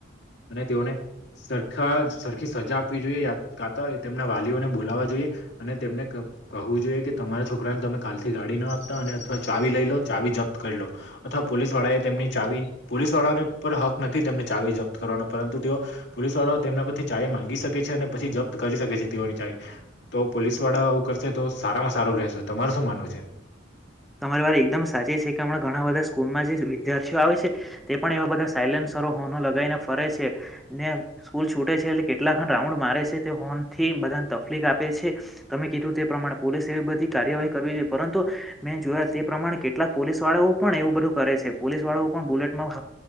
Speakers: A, on the left (about 65°); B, in the centre.
A: અને તેઓને સરખા સરખી સજા આપવી જોઈએ યા કાતો તેમના વાલીઓને બોલાવવા જોઈએ અને તેમને ક કહવું જોઈએ કે તમારા છોકરાને તમે કાલ થી ગાડી ના આપતા અને અથવા ચાવી લઈ લો ચાવી જ પ્ત કરલો અથવા પોલીસ વાળાએ તેમની ચાવી પોલીસ વાળાને પર હક નથી તેમને ચાવી જપ્ત કરવાનો પરંતુ તેઓ પોલીસ વાળા તેમના પરથી ચાવી માંગી શકે છે, અને પછી જપ્ત કરી શકે છે, તેઓની ચાવી તો પોલીસ વાળા આવું કરશે તો સારામાં સારું રહેશે તમારે શું માનવું છે?
B: તમારી વાર એકદમ સાચી છે, કે હણાં ઘણા બધા સ્કૂલમાં જે વિદ્યાર્થીઓ આવે છે, તે પણ એવા બધા સાયલેન્સરો હોનું લગાવને ફરે છે, ને સ્કૂલ છૂટે છે. એટલે કેટલા ખણ રાઉન્ડ મારે છે, તે હોર્ન થી બધા તકલીફ આપે છે, તમે કીધું તે પ્રમાણે પોલીસેએ બધી કાર્યવાહી કરવી જોઈએ પરંતુ મે જોયા તે પ્રમાણે કેટલાક પોલીસ વાળાઓ પણ એવું બધું કરે છે, પોલીસ વાળાઓ પણ બુલેટમાં હો